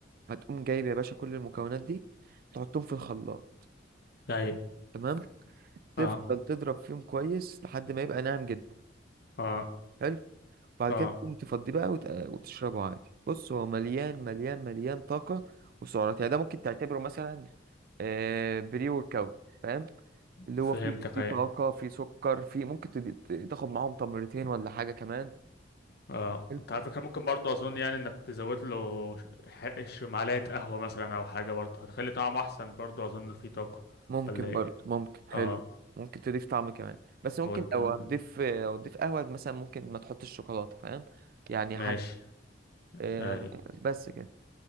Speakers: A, on the right; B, on the left.
A: هتقوم جايب يا باشا كل المكونات دي تحطهم في الخلاط
B: طيب
A: تمام تفضل
B: اه
A: تضرب فيهم كويس لحد ما يبقى ناعم جدا
B: اه
A: حلو بعد
B: اه
A: كده تقوم تفضيه بقى وت- وتشربه عادي بص هو مليان مليان مليان طاقة وسعرات يعني ده ممكن تعتبره مثلا آه، بري ورك اوت فاهم اللي
B: فهمتك
A: هو فيه فيه
B: أيوة.
A: طاقة فيه سكر فيه ممكن تدي- ت- تاخد معاهم تمرتين ولا حاجة كمان
B: اه
A: حلو.
B: انت على فكرة ممكن برضه اظن يعني انك تزود له ش- ح- ش- معلقة قهوة مثلا او حاجة برضه هتخلي طعمه احسن برضه اظن فيه طاقة
A: ممكن
B: ولا ايه
A: برضه ممكن حلو
B: اه
A: ممكن تضيف طعم كمان بس ممكن
B: هو دل...
A: لو هتضيف لو هتضيف قهوة مثلا ممكن ما تحطش شوكولاتة فاهم يعني
B: ماشي
A: حاجة آه،
B: اي
A: بس كده